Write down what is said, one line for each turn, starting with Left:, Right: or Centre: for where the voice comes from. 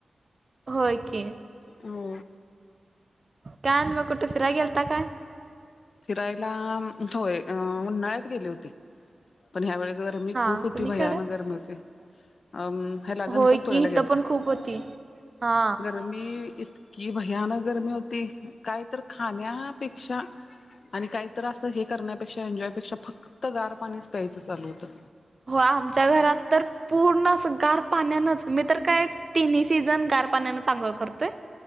Right: होय की
Left: हो
Right: कायन मग कुठे फिराय गेलता काय
Left: फिरायला होय उन्हाळ्यात गेली होती पण ह्यावेळे गरमी
Right: हा
Left: खूप होती
Right: कुणीकडे
Left: भयानक गर्मी होती आम ह्याला गणपत
Right: होय
Left: पुळ्याला
Right: की इथं
Left: गेलत
Right: पण खूप होती हा
Left: गरमी ती इतकी भयानक गरमी होती काय तर खाण्यापेक्षा आणि काहीत असं हे करण्यापेक्षा एन्जॉयपेक्षा फक्त गार पाणीच प्यायचं चालू होत
Right: हो आमच्या घरात तर पूर्ण असं गार पाण्यानंच मी तर काय तिन्ही सीझन गार पाण्यानं आंघोळ करतोय